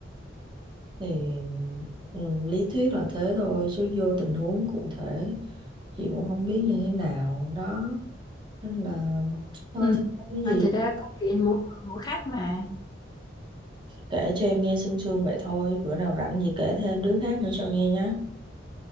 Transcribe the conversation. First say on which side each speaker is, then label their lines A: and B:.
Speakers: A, on the right (about 25°); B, on the left (about 20°).
A: thì ừ, lý thuyết là thế thôi chứ vô tình huống cụ thể chị cũng không biết như thế nào đó nên là thôi
B: Ừm,
A: thì không có gì
B: mà thật ra câu chuyện mỗi người mỗi khác mà
A: Kể cho em nghe sương sương vậy thôi, bữa nào rảnh gì kể thêm đứa khác nữa cho nghe nhé.